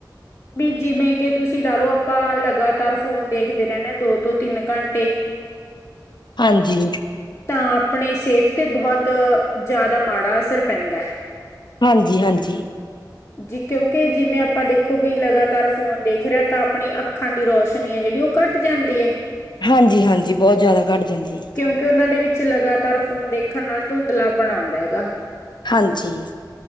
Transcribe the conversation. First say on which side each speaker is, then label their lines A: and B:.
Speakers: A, on the left; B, on the left.
A: ਵੀ ਜਿਵੇਂ, ਕਿ ਤੁਸੀਂ ਲਾ ਲੋ ਆਪਾਂ ਲਗਾਤਾਰ ਫੋਨ ਦੇਖਦੇ ਰਹਿੰਦੇ ਦੋ ਤੋਂ ਤਿੰਨ ਘੰਟੇ
B: ਹਾਂਜੀ।
A: ਤਾਂ ਆਪਣੀ ਸਿਹਤ ਤੇ ਬਹੁਤ ਜ਼ਿਆਦਾ ਮਾੜਾ ਅਸਰ ਪੈਂਦਾ ਹੈ।
B: ਹਾਂਜੀ- ਹਾਂਜੀ।
A: ਜੀ ਕਿਉਂਕਿ ਜਿਵੇਂ ਆਪਾਂ ਦੇਖੋ ਵੀ ਲਗਾਤਾਰ ਫੋਨ ਦੇਖ ਰਿਹਾ ਤਾਂ ਆਪਣੀ ਅੱਖਾਂ ਦੀ ਰੋਸ਼ਨੀ ਹੈ ਜਿਹੜੀ ਉਹ। ਘੱਟ ਜਾਂਦੀ ਹੈ।
B: ਹਾਂਜੀ ਹਾਂਜੀ ਬਹੁਤ ਜ਼ਿਆਦਾ ਘੱਟ ਜਾਂਦੀ ਹੈ।
A: ਕਿਉਂਕਿ ਉਹਨਾਂ ਦੇ ਵਿੱਚ ਲਗਾਤਾਰ ਫੋਨ ਦੇਖਣ ਨਾਲ ਧੁੰਦਲਾਪਣ ਆਉਂਦਾ ਹੈਗਾ।
B: ਹਾਂਜੀ,